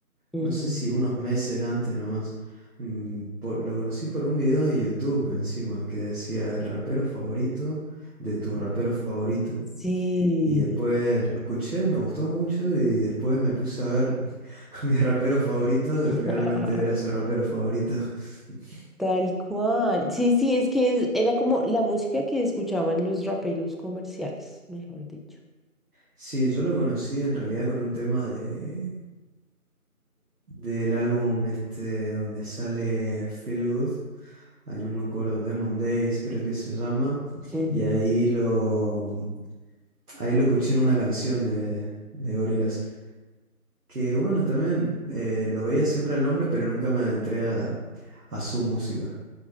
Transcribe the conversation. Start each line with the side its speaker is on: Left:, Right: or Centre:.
Centre: Ujú.
Right: no sé si unos meses antes nomás. Mm, por- lo conocí por un video de YouTube encima que decía el rapero favorito de tu rapero favorito.
Centre: Sí.
Right: Y después lo escuché, me gustó mucho y después me puse a ver <laughs> a mi rapero favorito,
Centre: <laughs>
Right: realmente era su rapero favorito. <laughs>
Centre: Tal cual. Sí, sí, es que es- era como la música que escuchaban los raperos comerciales, mejor dicho.
Right: Sí, yo lo conocí en realidad con un tema de, del álbum este donde sale Feel Good. Ay, no me acuerdo, Demon Days creo que se llama.
Centre: Ujú.
Right: Y ahí lo, ahí lo escuché en una canción de, de Gorillaz. Que bueno, también eh, lo veía siempre el nombre, pero nunca me adentré a, a su música.